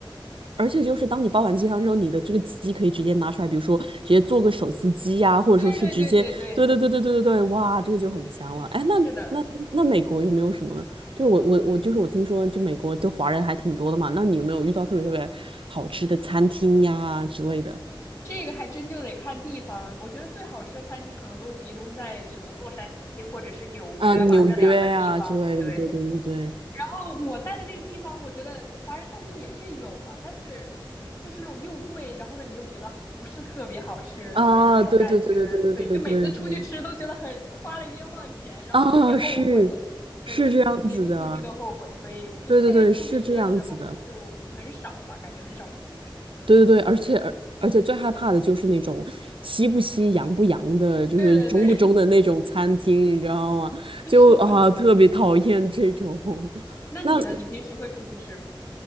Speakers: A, on the right; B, on the left.
A: 而且就是当你煲完鸡汤之后，你的这个鸡可以直接拿出来，比如说直接做个手撕鸡呀、或者说是直接，
B: 对对对对对，
A: 对对对对对对对，哇，这个就很香了。哎，那那那美国有没有什么？
B: 是的。
A: 就是我我我就是我听说，就美国就华人还挺多的嘛。那你有没有遇到特别特别好吃的餐厅呀之类的？
B: 这个还真就得看地方。我觉得最好吃的餐厅可能都集中在什么洛杉矶或者是纽约吧，
A: 啊，纽约呀之类的，
B: 这两个地方。对，
A: 对对对对，
B: 然后我在的那个地方，我觉得华人餐厅也是有啊，但是就是那种又贵，然后呢你又觉得不是特别好吃那那种感觉，
A: 啊，对对对对对对对对对，
B: 所以就每次出去吃都觉得很花了冤枉钱，然后就有点后悔。
A: 啊，是
B: 每次每次出去都后悔，
A: 是这样子的。
B: 所以就现在出去吃的时候就很少吧，
A: 对对对，是这样子的。
B: 感觉很少出去吃。
A: 对对对，而且而而且最害怕的就是那种西不西洋不洋的，就是中不中的那种餐厅，
B: 对对对，
A: 你知道吗？
B: <laughs>
A: 就啊、
B: 是的。
A: 特别讨厌这种。<laughs>
B: 那你呢？
A: 那
B: 你平时会出去吃吗？